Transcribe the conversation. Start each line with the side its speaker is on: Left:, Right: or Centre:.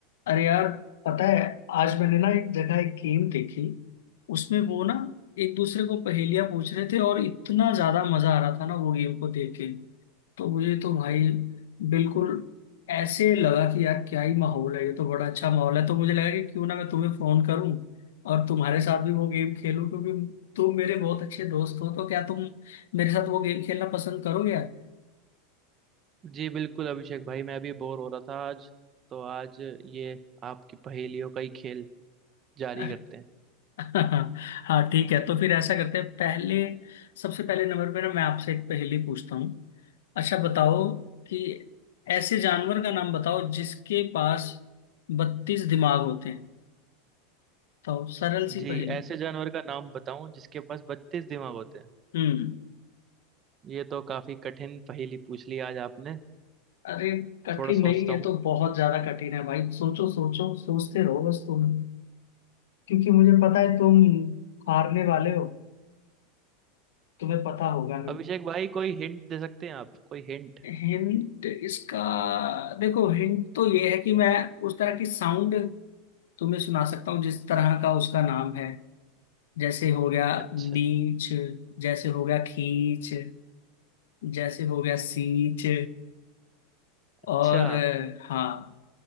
Left: अरे यार पता है आज मैंने ना एक जगह एक गेम देखी उसमें वो ना एक दूसरे को पहेलियां पूछ रहे थे और इतना ज्यादा मजा आ रहा था ना वो गेम को देख के तो मुझे तो भाई बिल्कुल ऐसे लगा कि यार क्या ही माहौल है ये तो बड़ा अच्छा माहौल है तो मुझे लगा कि क्यों ना मैं तुम्हें फोन करूं और तुम्हारे साथ भी वो गेम खेलूं क्योंकि तुम मेरे बहुत अच्छे दोस्त हो तो क्या तुम मेरे साथ वो गेम खेलना पसंद करोगे यार
Right: जी बिल्कुल अभिषेक भाई मैं भी बोर हो रहा था आज तो आज ये आपकी पहेलियों का ही खेल जारी
Left: <laughs>
Right: करते हैं
Left: हाँ ठीक है तो फिर ऐसा करते हैं पहले सबसे पहले नंबर पे ना मैं आपसे एक पहेली पूछता हूँ अच्छा बताओ कि ऐसे जानवर का नाम बताओ जिसके पास बत्तीस दिमाग होते हैं तो सरल सी
Right: जी
Left: पहेली
Right: ऐसे जानवर का नाम बताऊं जिसके पास बत्तीस दिमाग होते हैं
Left: हम्म
Right: ये तो काफी कठिन पहेली पूछ ली आज आपने
Left: अरे कठिन
Right: थोड़ा सोचता
Left: नहीं ये
Right: हूँ
Left: तो बहुत ज्यादा कठिन है भाई सोचो सोचो सोचते रहो बस तुम क्योंकि मुझे पता है तुम हारने वाले हो तुम्हें पता होगा नहीं।
Right: अभिषेक भाई कोई हिंट दे सकते हैं आप कोई हिंट
Left: हिंट इसका देखो हिंट तो ये है कि मैं उस तरह की साउंड तुम्हें सुना सकता हूँ जिस तरह का उसका नाम है जैसे हो गया
Right: अच्छा
Left: नीच जैसे हो गया खींच जैसे हो गया सीच
Right: अच्छा
Left: और अ, हाँ